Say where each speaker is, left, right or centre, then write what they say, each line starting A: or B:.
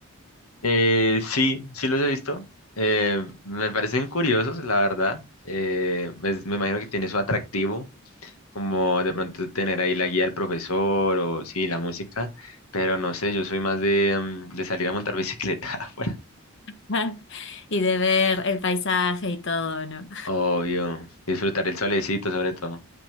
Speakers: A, on the left (about 80°); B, on the left (about 55°).
A: Eh, sí, sí los he visto. Eh, me parecen curiosos, la verdad. Eh, pues, me imagino que tiene su atractivo, como de pronto tener ahí la guía del profesor o sí, la música, pero no sé, yo soy más de, mm, de salir a montar bicicleta <laughs> afuera.
B: <laughs> y de ver el paisaje y todo, ¿no?
A: Obvio, disfrutar el solecito sobre todo.